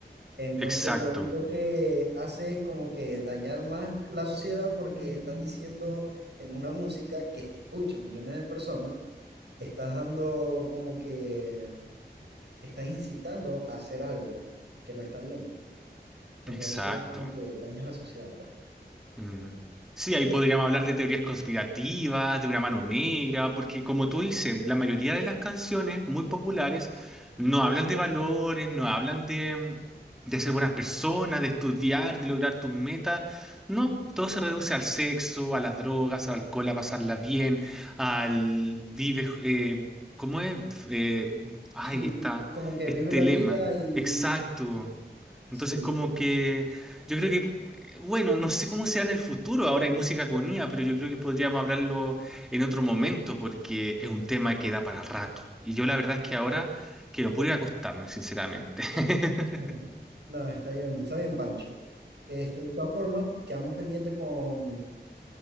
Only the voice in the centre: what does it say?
exacto,
exacto.
Mm. Sí, ahí podríamos hablar de teorías conspirativas, de una mano negra, porque como tú dices, la mayoría de las canciones muy populares no hablan de valores, no hablan de, de ser buenas personas, de estudiar, de lograr tus metas. No, todo se reduce al sexo, a las drogas, al alcohol, a pasarla bien, al vive, eh, ¿cómo es? Eh, ay,
está,
este
lema,
exacto.
Entonces, como
que yo creo que bueno, no sé cómo será en el futuro. Ahora hay música con IA, pero yo creo que podríamos hablarlo en otro momento porque es un tema que da para rato. Y yo la verdad es que ahora quiero puro ir a acostarme, sinceramente. <laughs>